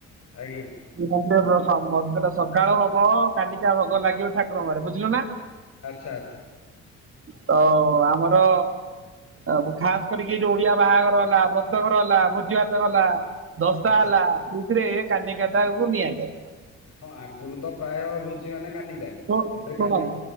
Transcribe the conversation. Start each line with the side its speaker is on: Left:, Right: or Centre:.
Left: ଆଜ୍ଞା।
Right: <unintelligible> ସକାଳ ହୋବ କାନିକ ଭୋଗ ଲାଗିବ ଠାକୁରଙ୍କ ଘରେ ବୁଝିଲ ନା।
Left: ଆଚ୍ଛା ଆଚ୍ଛା।
Right: ତ ଆମର ଆଉ ଖାସ କରିକି ଯୋଉ ଓଡିଆ ବାହାଘର ହେଲା ବ୍ରତଘର ହେଲା ଭୋଜିଭାତ ଗଲା ଦଶା
Left: ଆଚ୍ଛା
Right: ହେଲା ସେଇଥିରେ କାନିକାଟାକୁ ନିଆଯାଏ।
Left: ହଁ ଆଗରୁ ତ ପ୍ରାୟ ଭୋଜି ମାନେ କାନିକା।
Right: ତ
Left: ଏବେ କାନି
Right: ଶୁଣ